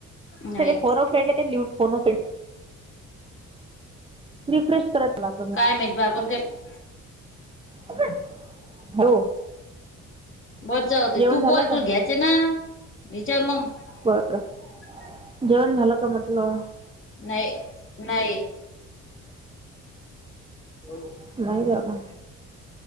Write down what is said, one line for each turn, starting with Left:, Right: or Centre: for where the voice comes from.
Left: नाही
Right: तेथे फोनअ फ्रेंड देते. लिहून फोन अ फ्रेंड रिफ्रेश करत रहात.
Left: काय माहित. <unintelligible>
Right: अगं! हॅलो.
Left: बर जावूदे.
Right: जेवण
Left: तू बोल
Right: झालं का
Left: तू घ्यायचे ना विचार मं. <unintelligible>
Right: बरं जेवण झालं का म्हंटलं.
Left: नाही नाही बोल
Right: नाही जा का